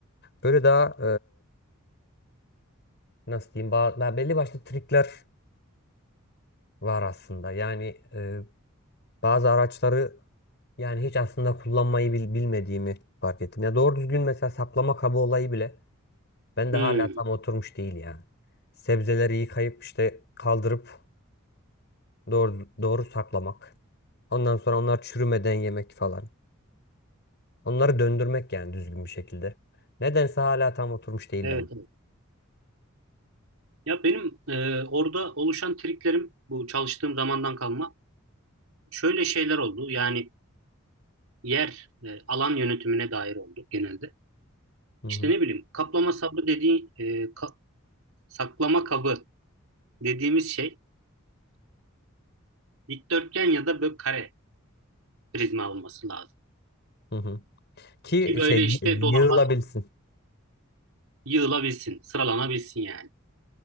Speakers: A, on the left (about 55°); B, on the right (about 80°).
A: Böyle daha e, nasıl diyeyim ba- daha belli başlı trikler Var aslında. Yani e, bazı araçları yani hiç aslında kullanmayı bil- bilmediğimi fark ettim. Ya doğru düzgün mesela saklama kabı olayı bile ben de
B: Hmm,
A: hala tam oturmuş değil yani. Sebzeleri yıkayıp işte kaldırıp doğru doğru saklamak. Ondan sonra onlar çürümeden yemek falan. Onları döndürmek yani düzgün bir şekilde. Nedense hala tam oturmuş değil
B: evet,
A: ben.
B: evet. Ya benim e, orada oluşan triklerim bu çalıştığım zamandan kalma şöyle şeyler oldu. Yani yer e, alan yönetimine dair oldu genelde.
A: Hı hı,
B: İşte ne bileyim kaplama sabı dediği e, ka- saklama kabı dediğimiz şey dikdörtgen ya da böyle kare prizma olması lazım.
A: hı hı. Ki
B: Ki böyle
A: şey y-
B: işte dolaba
A: yığılabilsin.
B: yığılabilsin, sıralanabilsin yani.